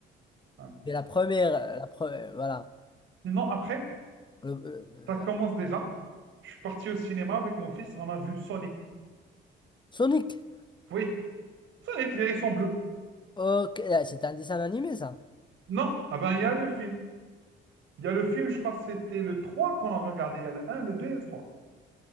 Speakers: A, on the right; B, on the left.
A: Ouais.
B: Et la première euh, la pre- euh, voilà,
A: Sinon, après,
B: Le- le-
A: Ça commence déjà. Je suis parti au cinéma avec mon fils, on a vu Sonic.
B: Sonic.
A: Oui, Sonic, les sont bleus.
B: OK, là, c'est un dessin animé ça.
A: Non, ah ben il y a le film. Il y a le film, je crois que c'était le 3 qu'on a regardé. Il y a le un, le 2 et le 3.